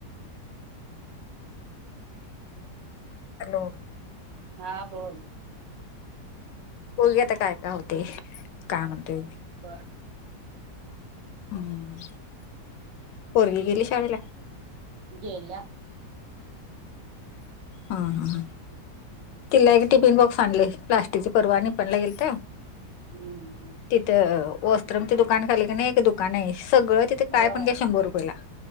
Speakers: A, on the left (about 80°); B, on the right (about 80°).
A: हॅलो
B: हां बोल
A: बघूया आता काय काय होते, काय म्हणतेय
B: बर
A: हम्म, पोरगी गेली शाळेला
B: गेल्या
A: हा हा हा तिला एक टिफिन बॉक्स आणले प्लास्टिकची परवा निपण ला गेलत्या,
B: हम् हम,
A: तिथं वस्त्रमच दुकान खाली क नाही एक दुकान आहे सगळं तिथे
B: होय
A: काय पण घ्या शंभर रुपयेला,